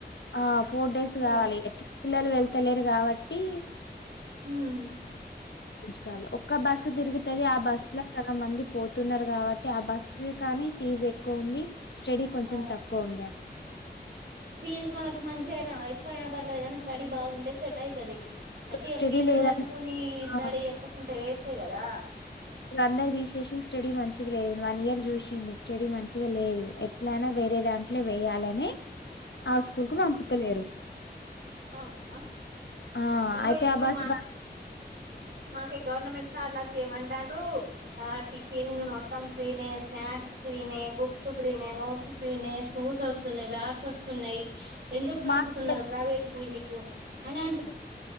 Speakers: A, on the left (about 80°); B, on the right (about 60°).
A: ఆ ఫోర్ డేస్
B: అప్పటి
A: కావాలి
B: వరకు
A: ఎట్ల్ ఎట్లా పిల్లలు వెళ్తలేరు కాబట్టి
B: ఉం
A: గుుజకాల ఒక్క బస్సు తిరుగుతుది ఆ బస్సు లో సగం మంది పోతున్నారు కాబట్టి ఆ బస్సు కానీ ఫీజ్ ఎక్కువ ఉంది స్టడీ కొంచెం
B: ఆ
A: తక్కువ ఉండ
B: ఫీజు మనకు మంచి అయినా ఎక్కువ అయినా పర్లేదు కానీ స్టడీ బాగుంటే సెట్ ట్ట అయితది అంటే ఇగ
A: స్టడీ
B: ఫీజులు
A: లేదని
B: కట్టుకొని స్టడీ
A: ఆ
B: చెప్పకుంటే వేస్టే కదా
A: ఇప్పుడు అందరు తీసేసి స్టడీ మంచిగా లేదును వన్ ఇయర్ చూసిండు స్టడీ మంచిగా లేదు ఎట్లయినా వే వేరే దాంట్లో వెయ్యాలనే ఆ స్కూల్ కు పంపుతలేరు
B: అవునా
A: ఆ
B: ఇగో
A: అయితే
B: ఇప్పుడు
A: ఆ బస్ బ్
B: మాకే గవర్నమెంట్ సార్లా చేయమంతాండ్రు ఆ టిఫిన్ మొత్తం ఫ్రీనే స్నాక్స్ ఫ్రీనే బుక్స్ ఫ్రీనే నోట్స్ ఫ్రీనే షూస్ వస్త బ్యాగ్స్ వస్తున్నాయి ఎందుకు పంపుతున్నారు
A: మాకు
B: ప్రైవేట్ కు మీకు అని అ